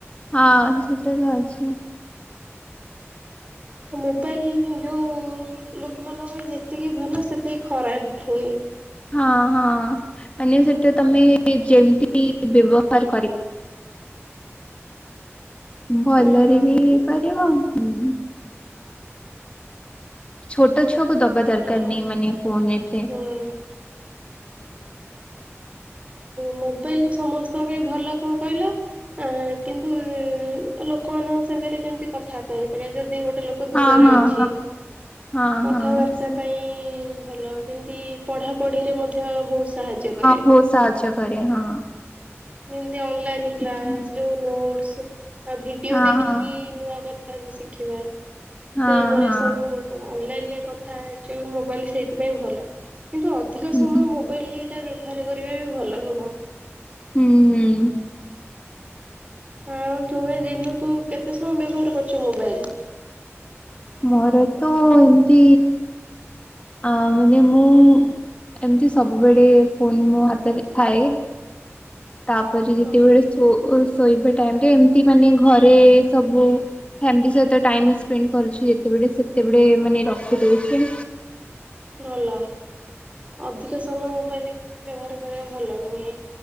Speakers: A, on the left (about 25°); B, on the right (about 30°).
A: ହଁ ସେଟା ତ ଅଛି।
B: ମୋବାଇଲ ଯୋଉ ଲୋକମାନଙ୍କ ପାଇଁ ଯେତିକି ଭଲ ସେତିକି ଖରାପ ପୁଣି।
A: ହଁ ହଁ ମାନେ ସେଇଟା ତମେ ଯେମିତି ବ୍ୟବହାର କର ଭଲରେ
B: ଓହୋ
A: ବି ହେଇପାରିବ ହୁଁ ଛୋଟଛୋ ସୁ ଦବା ଦରକାର
B: ହଁ
A: ନାହିଁ ମାନେ ଫୁନ ଏତେ।
B: ହୁଁ
A: ହଁ
B: ମୋବାଇଲ ସମସ୍ତଙ୍କ ପାଇଁ ଭଲ କଣ କହିଲା କିନ୍ତୁ ଲୋକମାନଙ୍କ ସାଙ୍ଗରେ ଯେମତି କଥାବାର୍ତା ହେଇ ପରିବା ଯଦି ଗୋଟେ ଗୋଟେ ଲୋକ ଦୂରରେ
A: ହଁ ହଁ
B: ଅଛି
A: ହଁ ହଁ
B: କଥାବାର୍ତ୍ତା
A: ହଁ ସେ
B: ପାଇଁ ଭଲ ଯେମିତି ପଢାପଢିରେ ମଧ୍ୟ ବହୁତ ସାହାଯ୍ୟ କରେ।
A: ବହୁତ ସାହାଯ୍ୟ ରେ ହଁ।
B: ଯେମତି ଅନଲାଇନ
A: ହଁ।
B: କ୍ଲାସ ଯୋଉ ନୋଟ ଆ ଭିଡିଓ
A: ହଁ
B: ଦେଖିକି
A: ହଁ
B: ନୂଆ କଥା କ ଶିଖିବା
A: ହଁ
B: ସେଇପରି
A: ହଁ
B: ସବୁ ଅନଲାଇନ ଦ କଥା ମୋବାଇଲ ସେଇଥିପାଇ ଭଲ କିନ୍ତୁ ଅଧିକ
A: ହୁଁ
B: ସମୟ ମୋବାଇଲ ସେଟା ବ୍ୟବହାର କରିବା ବି ଭଲ ନୁହଁ।
A: ହୁଁ ହୁଁ।
B: ହଁ ତୁମେ ଦିନକୁ କେତେ ସମୟ ବ୍ୟବହାର କରୁଛ ମୋବାଇଲ?
A: ମୋର ତ ଏମତି ଆ ମାନେ ମୁଁ ଏମିତି ସବୁବେଳେ ଫୋନ୍ ମୋ ହାତରେ ଥାଏ। ତାପରେ ଯେତେବେଳେ
B: ଓହୋ
A: ଶୋଇବା ଟାଇମରେ ଏମତି ମାନେ ଘରେ ସବୁ ଫାମିଲି ସହିତ ଟାଇମ ସ୍ପେଣ୍ଡ କରୁଛ ଯେତେବେଳେ ସେତେବେଳେ ମାନେ ରଖି ଦଉଚି।
B: ଭଲ ଅଧିକ ସମୟ ମୋବାଇଲ ବ୍ୟବହାର କରିବା ଭଲ ନୁହେଁ।